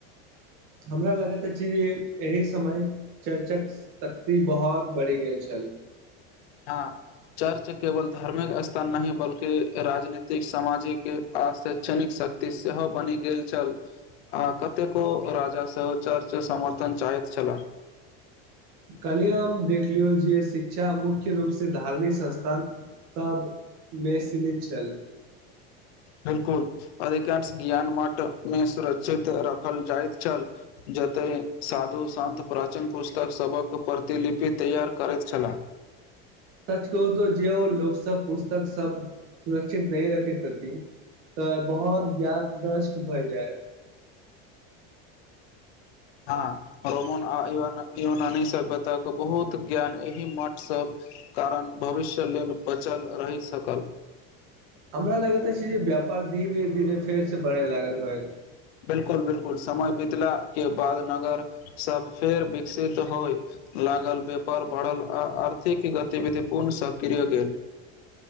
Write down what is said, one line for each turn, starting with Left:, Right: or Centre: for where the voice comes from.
Right: हमरा लगैत अछि जे एहि समय चर्चक शक्ति बहुत बढ़ि गेल छल।
Left: हँ चर्च केवल धार्मिक स्थान नहि बल्कि राजनीतिक सामाजिक आ शैक्षणिक शक्त सेहो बनि गेल छल। आ कतेको राजा सेहो चर्च समर्थन चाहैत छला।
Right: काल्हि हम देख लियौ जे शिक्षा मुख्य रूपसँ धार्मिक संस्थान सबमे सीमित छल।
Left: बिल्कुल अधिकांश ज्ञान मठ मे सुरक्षित रखल जाइत छल। जतय साधु सन्त प्राचीन पुस्तकसभक प्रतिलिपि तैयार करैत छला।
Right: सच कहु त जे हो लोक सब पुस्तक सब सुरक्षित नहि रखी तती तऽ बहुत ज्ञात नष्ट भय जायत।
Left: हँ रोमन आ युनानी सभयातक बहुत ज्ञान एहि मठ सब कारण भविष्य लेल बचल रहि सकल।
Right: हमरा लगैत अछि जे व्यापार धीरे धीरे धीरे फेर से बढ़य लागल होय।
Left: बिल्कुल बिल्कुल समय बितला के बाद नगर सब फेर विकसित होइ लागल व्यापार बढ़ल आ आर्थिक गतिविधि पुर्ण सक्रिय गेल।